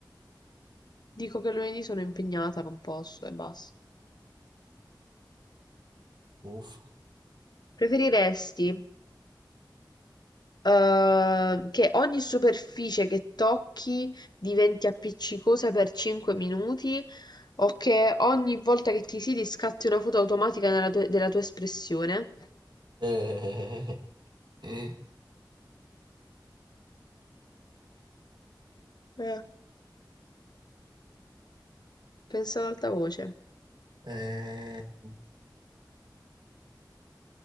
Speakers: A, on the left; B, on the right.
A: dico che lunedì sono impegnata, non posso e basta.
B: Uffa.
A: Preferiresti ehm, che ogni superficie che tocchi diventi appiccicosa per 5 minuti o che ogni volta che ti siedi scatti una foto automatica nella tua- della tua espressione?
B: <laughs> Eh, eh,
A: Eh, pensa ad alta voce.
B: eh,